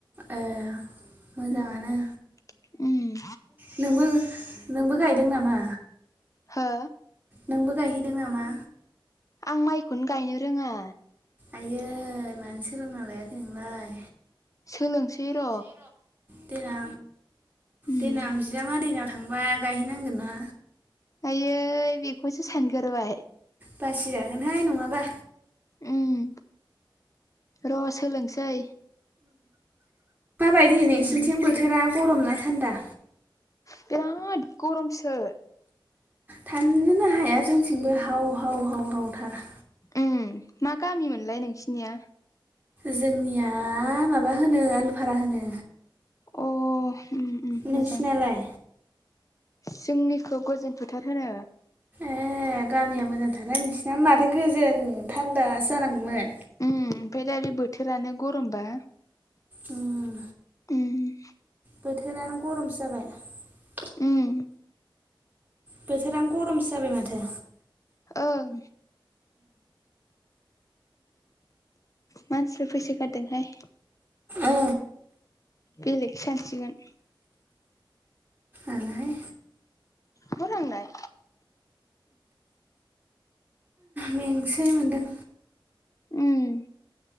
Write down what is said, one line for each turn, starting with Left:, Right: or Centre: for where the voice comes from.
Right: ए मोजाङानो।
Left: उम उम
Right: नोंबो नोंबो गायदोंनामा।
Left: हो।
Right: नोंबो गायहैदोंनामा।
Left: आं माइखौनो गायनो रोंङा।
Right: आयै मानो सोलोंना लायाखै नोंलाय।
Left: सोलोंसै र।
Right: देनां
Left: उम
Right: देनां बिजामादैेनाव थांबा गायहैनांगोन ना।
Left: आयै बेखौसो सानग्रोबाय।
Right: बासिजागोनहाय नङाबा।
Left: उम र सोलोंसै।
Right: माबायदि नोंसिनिथिं
Left: उम
Right: बोथोरा गरम ना थान्दा?
Left: बिराद गरमसो
Right: थानोनो हाया जोंनिथिंबो हाव हाव हाव हावथार।
Left: ओम मा गामि मोनलाय नोंसिनिया?
Right: जोंनिया माबा होनो आलुफारा होनो।
Left: अ उम उम
Right: नोंसिनालाय
Left: मोजां। जोंनिखौ गोजोन फोथार होनो।
Right: ए गामिया मोजांथारहाय नोंसिना माथो गोजोन थान्दा। जानांगौमोन।
Left: उम ओमफ्राय दा बे बोथोरानो गरमबा।
Right: उम।
Left: उम।
Right: बोथोरानो गरमसो जाबाय।
Left: उओ।
Right: बोथोरानो गरमसो जाबाय माथो।
Left: ओं। मानसिफोर फैसो गारदोंहाय।
Right: ओ
Left: बेलेगसो सानसिगोन।
Right: आनाहाय
Left: बवथांनाय।
Right: मेंसोनाय मोनदों।
Left: उम।